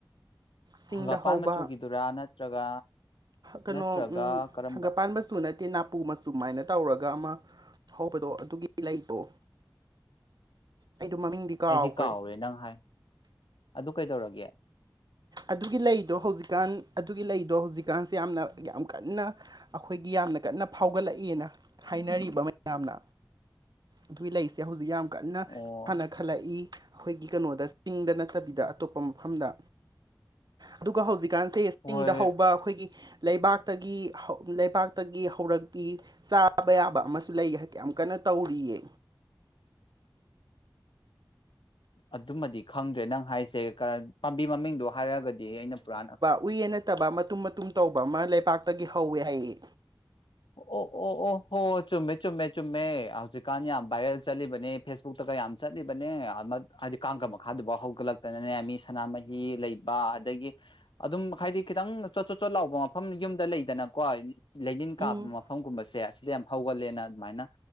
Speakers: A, on the right; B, on the left.
A: ꯆꯤꯡꯗ
B: ꯍꯪꯒꯥꯄꯥꯟ
A: ꯍꯧꯕ
B: ꯃꯆꯨꯒꯤꯗꯨꯔꯥ ꯅꯠꯇ꯭ꯔꯒ
A: ꯀꯩꯅꯣ
B: ꯅꯠꯇ꯭ꯔꯒ
A: ꯎꯝ
B: ꯀꯔꯝꯕ
A: ꯍꯪꯒꯠ ꯄꯥꯟ ꯃꯆꯨ ꯅꯠ ꯇꯥꯅꯄꯨ ꯃꯆꯨ ꯃꯥꯏꯅ ꯇꯧꯔꯒ ꯑꯃ ꯍꯧꯕꯗꯣ ꯑꯗꯨꯒꯤ ꯂꯩꯗꯣ ꯑꯩꯗꯣ ꯃꯃꯤꯡꯗꯤ ꯀꯥꯎꯈ꯭ꯔꯦ
B: ꯑꯩꯗꯤ ꯀꯥꯎꯔꯦ ꯅꯪ ꯍꯥꯏ ꯑꯗꯨ ꯀꯩꯗꯧꯔꯒꯦ
A: ꯑꯗꯨꯒꯤ ꯂꯩꯗꯣ ꯍꯧꯖꯤꯛꯀꯥꯟ ꯑꯗꯨꯒꯤ ꯂꯩꯗꯣ ꯍꯧꯖꯤꯛꯀꯥꯟꯁꯦ ꯌꯥꯝꯅ ꯌꯥꯝ ꯀꯟꯅ ꯑꯩꯈꯣꯏꯒꯤ ꯌꯥꯝꯅ ꯀꯟꯅ ꯐꯥꯎꯒꯠꯂꯛꯏꯅ ꯍꯥꯏꯅꯔꯤꯕ ꯃꯌꯥꯝꯅ ꯑꯗꯨꯒꯤ ꯂꯩꯁꯦ ꯍꯧꯖꯤꯛ ꯌꯥꯝ ꯀꯟꯅ
B: ꯑꯣ
A: ꯊꯥꯟꯅ ꯈꯜꯂꯛꯏ ꯑꯩꯈꯣꯏꯒꯤ ꯀꯩꯅꯣꯗ ꯆꯤꯡꯗ ꯅꯠꯇꯕꯤꯗ ꯑꯇꯣꯞꯄ ꯃꯐꯝꯗ ꯑꯗꯨꯒ ꯍꯧꯖꯤꯛꯀꯥꯟꯁꯦ
B: ꯍꯣꯏ
A: ꯆꯤꯡꯗ ꯍꯧꯕ ꯑꯩꯈꯣꯏꯒꯤ ꯂꯩꯕꯥꯛꯇꯒꯤ ꯍꯧ ꯂꯩꯕꯥꯛꯇꯒꯤ ꯍꯧꯔꯛꯄꯤ ꯆꯥꯕ ꯌꯥꯕ ꯑꯃꯁꯨ ꯂꯩ ꯍꯥꯏ ꯌꯥꯝ ꯀꯟꯅ ꯇꯧꯔꯤꯌꯦ
B: ꯑꯗꯨꯃꯗꯤ ꯈꯪꯗ꯭ꯔꯦ ꯅꯪ ꯍꯥꯏꯁꯦ ꯄꯥꯝꯕꯤ ꯃꯃꯤꯡꯗꯣ ꯍꯥꯏꯔꯒꯗꯤ ꯑꯩꯅ ꯄꯨꯔꯥꯅ
A: ꯎꯏꯌꯦꯟ ꯅꯠꯇꯕ ꯃꯇꯨꯝ ꯃꯇꯨꯝ ꯇꯧꯕ ꯑꯃ ꯂꯩꯄꯥꯛꯥꯛꯇꯒꯤ ꯍꯧꯋꯦ ꯍꯥꯏꯌꯦ
B: ꯑꯣ ꯑꯣ ꯑꯣꯍꯣ ꯆꯨꯝꯃꯦ ꯆꯨꯝꯃꯦ ꯆꯨꯝꯃꯦ ꯍꯧꯖꯤꯛꯀꯥꯟ ꯌꯥꯝ ꯕꯥꯥꯏꯔꯦꯜ ꯆꯠꯂꯤꯕꯅꯦ ꯐꯦꯁꯕꯨꯛꯇ ꯀ ꯌꯥꯝ ꯆꯠꯂꯤꯕꯅꯦ ꯍꯥꯏꯗꯤ ꯀꯥꯡꯒ ꯃꯈꯥꯗꯨꯐꯥꯎ ꯍꯧꯒꯠꯂꯛꯇꯅꯅꯦ ꯃꯤ ꯁꯅꯥꯃꯍꯤ ꯂꯩꯕ ꯑꯗꯒꯤ ꯑꯗꯨꯝ ꯍꯥꯏꯗꯤ ꯈꯤꯇꯪ ꯆꯣꯠ ꯆꯣꯠ ꯆꯣꯠ ꯂꯥꯎꯕ ꯃꯐꯝ ꯌꯨꯝꯗ ꯂꯩꯗꯅꯀꯣ ꯂꯩꯅꯤꯟ ꯀꯥꯞꯄ
A: ꯎꯝ
B: ꯃꯐꯝꯒꯨꯝꯕꯁꯦ ꯑꯁꯤꯗ ꯌꯥꯝ ꯍꯧꯒꯟꯂꯦꯅ ꯑꯗꯨꯃꯥꯏꯅ